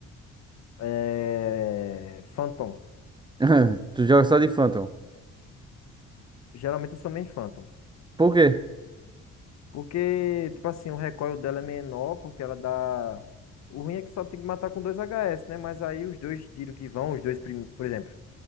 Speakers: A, on the left (about 60°); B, on the right (about 15°).
A: É. Phantom.
B: <laughs> Tu joga só de Phantom.
A: Geralmente eu sou meio Phantom.
B: Por quê?
A: Porque, tipo assim, o recoil dela é menor, porque ela dá. O ruim é que só tem que matar com dois HS, né? Mas aí os dois tiros que vão, os dois primeiros. Por exemplo,